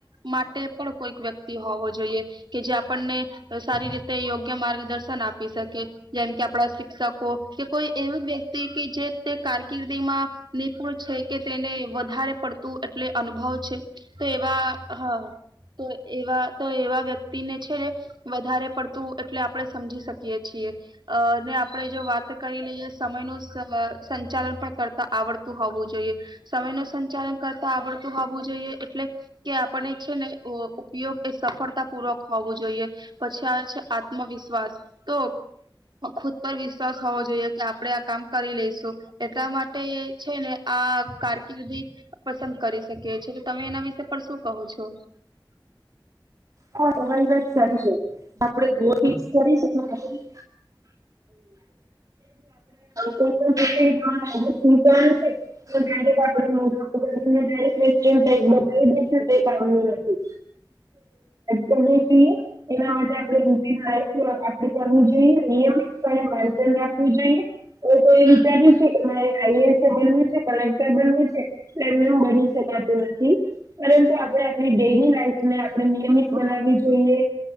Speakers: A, on the right (about 65°); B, on the right (about 45°).
A: માટે પણ કોઈક વ્યક્તિ હોવો જોઈએ. કે જે આપણને સારી રીતે યોગ્ય માર્ગદર્શન આપી શકે જેમ કે આપણા શિક્ષકો કે કોઈ એવી વ્યક્તિ કે જે તે કારકિર્દીમા નિપુણ છે કે તેને વધારે પડતું એટલે અનુભવ છે. તો એવા હા તો એવા તો એવા વ્યક્તિને છે વધારે પડ ત એટલે આપડણે સમજી શકીએ છીએ. અ ને આપણે જો વાત કરી લઈએ સમય ન સંચાલન પણ કરતા આવડતું હોવુ, જોઈએ. સમય ન સંચાલન કરતા આવડતું હોવુ, જોઈએ એટલે કે આપણે છેને, ઉપયોગ એ સફળતા પૂર્વક હોવું જોઈએ પછી આવે છે. આત્મવિશ્વાસ તો ખુદ પર વિશ્વાસ હોવો જોઈએ, કે આપડણે આ કામ કરી લઈશુ એટલા માટે છને, આ કારકિર્દી પસંદ કરી શકીએીએ તો તમે એના વિશે પર શું કહો છો.
B: હા હવારી વાત સારી છે, આપે ગો ફિક્સ કરીશ હના આપડે કોઈ પણ શું છે. તો ડાયરેક્ટ આપણેે નને ડાયક્ટ બતાવી દઈશુંક આપનું નથી. જોઈએ. એના માટે આપણે રૂટીન લાઈફ આપે કરવુ જોઈએ નિયમિત માચન રાખવું જોઈએ. એ તો એ વિચાર્યું છે, કે મારે આઈએસએ બનવું છે કલેક્ટર બનવું છે. ને હું બની શકાતું નથી પરંતુ આપણે આપણી ડેલી લાઈફને આપણે નિયમિત બનાવી જોઈએ